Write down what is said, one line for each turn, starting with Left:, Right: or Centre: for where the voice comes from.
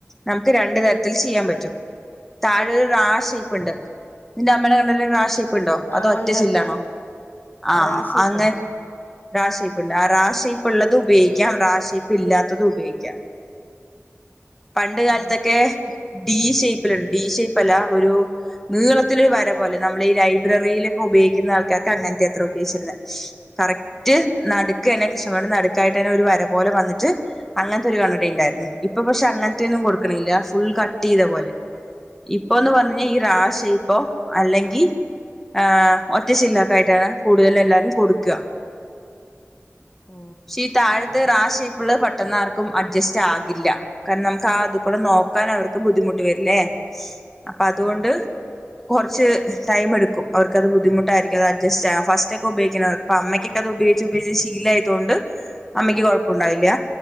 Centre: നമുക്ക് രണ്ടു തരത്തിൽ ചെയ്യാൻ പറ്റും താഴെ ഒരു റാഷേയ്പ്പ്ണ്ട് നിന്റെ അമ്മേടെ കണ്ണടയിൽ റാ ഷേപ്പ് പ്പ്ണ്ടോ അതോ
Left: ആഹ്
Centre: ഒറ്റ
Left: ഉണ്ട്
Centre: ചില്ലാണോ
Left: ഉണ്ട് ഉണ്ട്
Centre: ആഹ്
Left: റാ ഷേപ്പുണ്ട്
Centre: അങ്ങന് റാ ഷേപ്പ്ണ്ട് ആഹ് റാ ഷേപ്പ് ഉള്ളത് ഉപയോഗിക്കാം റാ ഷയിപ്പ് ഇല്ലാത്തതും ഉപയോഗിക്കാം പണ്ട് കാലത്തൊക്കെ
Left: ആ
Centre: ഡി ഷേപ്പിലുണ്ട് ഡി ഷേപ്പ് അല്ല ഒരു നീളത്തില് ഒരു വര പോലെ നമ്മള് ഈ ലൈബ്രറിയിലൊക്കെ ഉപയോഗിക്കുന്ന ആൾക്കാർക്ക് അങ്ങന് ത്തെത്ര ഉപയോഗിച്ചിരുന്നെ കറക്റ്റ് നടുക്കെന്നെ കൃഷ്ണമണി ന്റെ നടുക്കായിട്ട് ഒരു വര പോലെ വന്നിട്ട് അങ്ങനത്തെ ഒരു കണ്ണട ഇണ്ടായിരുന്നു ഇപ്പൊ പക്ഷെ അങ്ങന്ത്തിയൊന്നും കൊടുക്ക്ണില്ല ഫുൾ കട്ട് ചെയ്ത പോലെ ഇപ്പൊന്ന് പറഞ്ഞാ ഈ റാ ഷേപ്പോ അല്ലെങ്കി ഏഹ് ഒറ്റചിലൊക്കെ ആയിട്ടാണ് കൂടുതൽ എല്ലാരും കൊട്ക്ക
Left: ഓ
Centre: പക്ഷെ ഈ താഴത്തെ റാ ഷേപ്പ് ഉള്ളത് പെട്ടെന്നാർക്കും അഡ്ജസ്റ്റ് ആകില്ല കാരണം നമുക്ക് ആഹ് അത് കൂടെ നോക്കാൻ അവർക്ക് ബുദ്ധിമുട്ട് വരില്ലേ അപ്പൊ അതുകൊണ്ട്
Left: ആ
Centre: കുറച്ച് ടൈം എടുക്കും അവർക്ക് അത് ബുദ്ധിമുട്ടായിരികും അത്‌ അഡ്ജസ്റ്റ് ആകാൻ ഫസ്റ്റ് ഒക്കെ ഉപെയ്ക്കുന്നവർ അപ്പൊ അമ്മയ്ക്കൊക്കെ അത് ഉപയോഗിച്ച് ഉപയോഗിച്ച് ശീല ആയ്തൊണ്ട് അമ്മക്ക് കൊയ്പ്പണ്ടാവില്ല